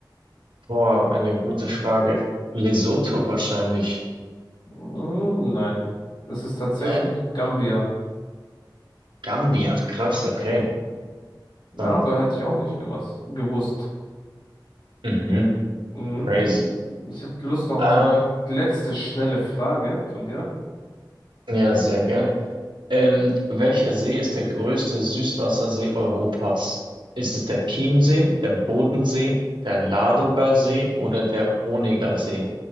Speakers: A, on the right (about 75°); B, on the left (about 65°).
A: boah, eine gute Frage. Lesotho wahrscheinlich.
B: Mm, nein, das ist tatsächlich
A: Nein?
B: Gambia.
A: Gambia, krass, okay.
B: Ja, ja
A: Sonst.
B: aber hätte ich auch nicht gewusst. gewusst.
A: Mhm,
B: Mhm.
A: crazy.
B: Ich hätte Lust noch
A: Ähm,
B: auf eine letzte schnelle Frage von dir.
A: ja, sehr gern. Ähm, welcher See ist der größte Süßwassersee Europas? Ist es der Chiemsee, der Bodensee, der Ladogasee oder der Onegasee?